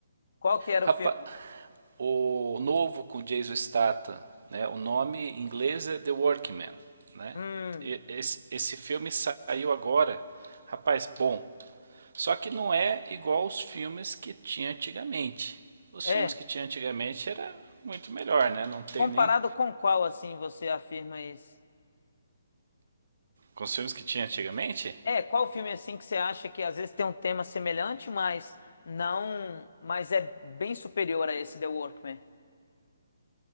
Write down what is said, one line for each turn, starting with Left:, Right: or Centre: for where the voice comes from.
Left: qual que era
Right: Rapaz,
Left: o filme?
Right: o novo com Jason Statham, né? O nome em inglês é The Workman, né?
Left: Hum,
Right: E- Esse, esse filme saiu agora. Rapaz, bom. Só que não é igual os filmes que tinha antigamente. Os
Left: é.
Right: filmes que tinha antigamente era muito melhor, né? Não tem
Left: Comparado
Right: nem.
Left: com qual, assim, você afirma isso?
Right: Com os filmes que tinha antigamente,
Left: É, qual filme, assim, que você acha que às vezes tem um tema semelhante, mas não... Mas é bem superior a esse The Workman?